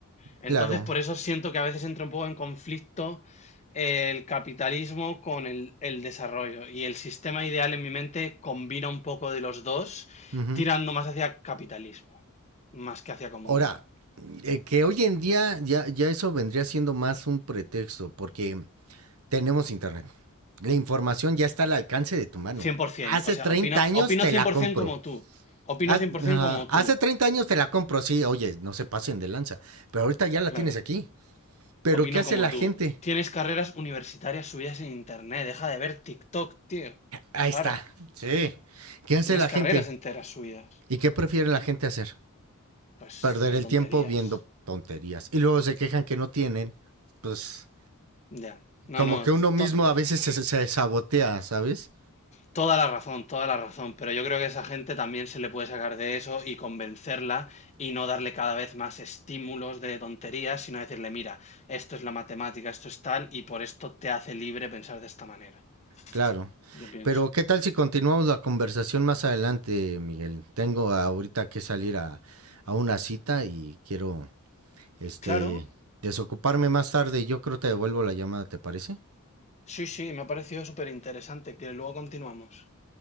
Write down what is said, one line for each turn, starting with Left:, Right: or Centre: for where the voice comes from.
Left: Entonces,
Right: claro.
Left: por eso siento que a veces entra un poco en conflicto eh, el capitalismo con el, el desarrollo. Y el sistema ideal en mi mente combina un poco de los dos,
Right: Uh -huh.
Left: tirando más hacia capitalismo, más que hacia comunismo.
Right: Ahora, eh, que hoy en día ya, ya eso vendría siendo más un pretexto, porque tenemos internet. La información ya está al alcance de tu mano.
Left: 100%,
Right: Hace
Left: o sea,
Right: 30
Left: opino,
Right: años
Left: opino
Right: te
Left: 100%
Right: la compro.
Left: como tú. Opino
Right: Haz,
Left: 100%
Right: uh,
Left: como
Right: hace
Left: tú.
Right: 30 años te la compro, sí, oye, no se pasen de lanza, pero ahorita ya la
Left: Claro,
Right: tienes aquí. Pero
Left: opino
Right: ¿qué hace
Left: como
Right: la
Left: tú.
Right: gente?
Left: Tienes carreras universitarias subidas en internet, deja de ver TikTok, tío.
Right: Ahí
Left: Claro,
Right: está. Sí. ¿Qué hace
Left: tienes
Right: la
Left: carreras
Right: gente?
Left: enteras subidas.
Right: ¿Y qué prefiere la gente hacer?
Left: Pues
Right: perder
Left: ver
Right: el
Left: tonterías.
Right: tiempo viendo tonterías. Y luego se quejan que no tienen, pues
Left: Ya. No,
Right: como
Left: no,
Right: que
Left: to-
Right: uno mismo a veces se, se sabotea, ¿sabes?
Left: toda la razón, toda la razón, pero yo creo que esa gente también se le puede sacar de eso y convencerla y no darle cada vez más estímulos de tonterías, sino decirle, mira, esto es la matemática, esto es tal, y por esto te hace libre pensar de esta manera.
Right: Claro.
Left: Yo pienso.
Right: Pero ¿qué tal si continuamos la conversación más adelante, Miguel? Tengo ahorita que salir a, a una cita y quiero este
Left: Claro,
Right: desocuparme más tarde. Yo creo que te devuelvo la llamada, ¿te parece?
Left: sí, sí, me ha parecido súper interesante, que luego continuamos.